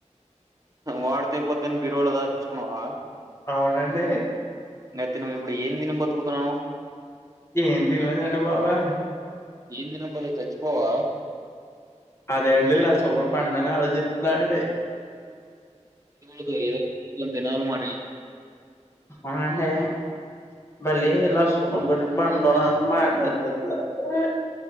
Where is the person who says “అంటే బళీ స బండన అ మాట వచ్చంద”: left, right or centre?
Left